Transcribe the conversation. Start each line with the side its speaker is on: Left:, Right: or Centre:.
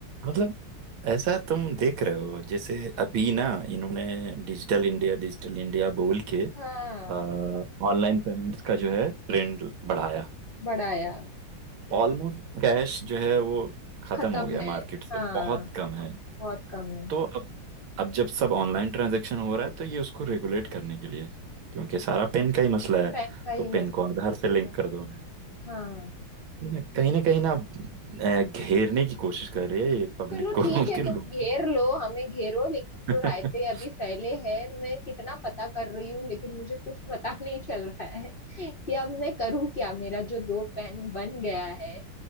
Right: मतलब ऐसा तुम देख रहे हो जैसे अभी ना इन्होंने डिजिटल इंडिया डिजिटल इंडिया बोल के
Left: हाँ
Right: ऑनलाइन पेमेंट्स का जो है ट्रेंड बढ़ाया
Left: बढ़ाया यस
Right: ऑलमोस्ट कैश जो है वो खत्म
Left: खत्म
Right: हो गया
Left: है
Right: मार्केट से
Left: हाँ
Right: बहुत कम है
Left: बहुत कम है
Right: तो अब अब जब सब ऑनलाइन ट्रांजैक्शन हो रहा है तो ये उसको रेगुलेट करने के लिए क्योंकि सारा पेन का ही मसला है
Left: पैन का
Right: तो
Left: ही
Right: पेन
Left: मसला
Right: को आधार से लिंक कर दो
Left: है। हाँ
Right: ये कहीं ना कहीं ना अ, घेरने की कोशिश कर रही है ये पब्लिक
Left: चलो
Right: को
Left: ठीक
Right: <laughs>
Left: है
Right: के
Left: तुम
Right: लोगों
Left: घेर
Right: को
Left: लो हमें घेरो लेकिन
Right: <laughs>
Left: जो रायते अभी फैले हैं मैं कितना पता कर रही हूँ लेकिन मुझे कुछ पता <laughs> नहीं चल रहा है कि अब मैं करूँ क्या मेरा जो दो पैन बन गया है